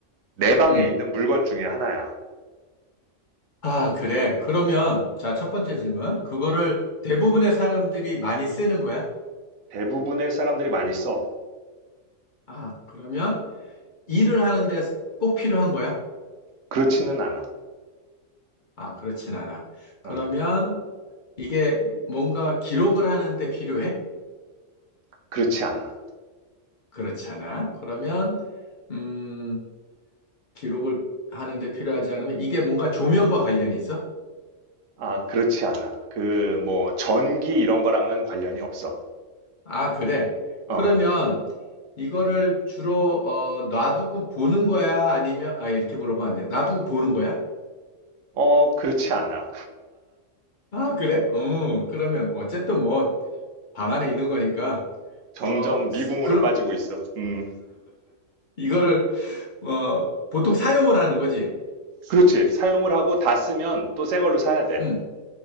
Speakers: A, on the right; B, on the left.
A: 내 방에
B: 음.
A: 있는 물건 중에 하나야.
B: 아, 그래. 그러면, 자, 첫 번째 질문. 그거를 대부분의 사람들이 많이 쓰는 거야?
A: 대부분의 사람들이 많이 써.
B: 아, 그러면 일을 하는데 꼭 필요한 거야?
A: 그렇지는 않아.
B: 아, 그렇진 않아.
A: 어,
B: 그러면 이게 뭔가 기록을 하는데 필요해?
A: 그렇지 않아.
B: 그렇지 않아. 그러면 음, 기록을 하는데 필요하지 않으면 이게 뭔가 조명과 관련이 있어?
A: 아, 그렇지 않아. 그, 뭐, 전기 이런 거랑은 관련이 없어.
B: 아, 그래.
A: 어,
B: 그러면 이거를 주로 어, 놔두고 보는 거야? 아니면 아 이렇게 물어보면 안 돼. 놔두고 보는 거야?
A: 어, 그렇지 않아.
B: 아, 그래? 음, 그러면 어쨌든 뭐 방 안에 있는 거니까
A: 점점
B: 어,
A: 미궁으로
B: 스- 그럼
A: 빠지고 있어. 음,
B: 이거를 어, 보통 사용을 하는 거지.
A: 그렇지. 사용을 하고 다 쓰면 또 새 걸로 사야 돼.
B: 음.